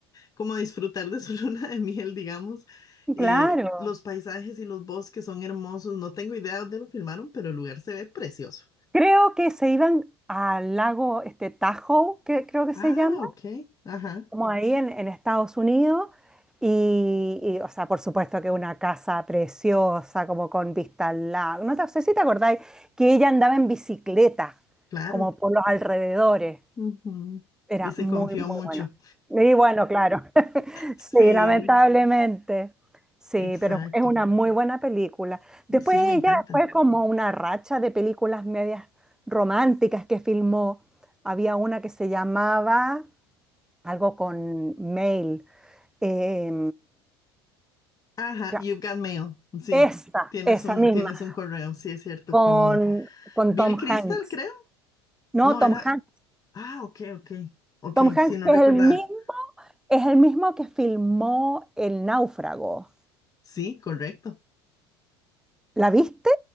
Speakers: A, on the left (about 25°); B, in the centre.
A: como a disfrutar de su <laughs> luna de miel, digamos, eh,
B: Claro.
A: los paisajes y los bosques son hermosos, no tengo idea de dónde lo filmaron, pero el lugar se ve precioso.
B: Creo que se iban al lago este Tahoe, que creo que
A: Ah,
B: se llama,
A: ok. Ajá,
B: como ahí en, en Estados Unidos. Y, y, o sea, por supuesto que una casa preciosa, como con vista al lago. No te- no sé si te acordáis que ella andaba en bicicleta,
A: claro.
B: como por los alrededores.
A: Ujú.
B: Era
A: Y se
B: muy,
A: confió
B: muy
A: mucho.
B: bueno. Y bueno, claro.
A: Sí,
B: Sí, lamentablemente. Sí,
A: exacto.
B: pero es una muy buena película. Después
A: Sí, me encanta.
B: ella fue como una racha de películas medias románticas que filmó. Había una que se llamaba algo con Mail. eh,
A: Ajá,
B: ya,
A: you've got mail. Sí,
B: esa,
A: tienes
B: esa
A: un,
B: misma,
A: tienes un correo, sí, es cierto,
B: con,
A: con
B: con
A: Billy
B: Tom
A: Crystal,
B: Hanks.
A: creo.
B: No,
A: No,
B: Tom
A: era.
B: Hanks.
A: Ah, ok, ok. Ok,
B: Tom Hanks
A: sí, no
B: que
A: recordaba.
B: es el mismo, es el mismo que filmó El Náufrago.
A: Sí, correcto.
B: ¿La viste?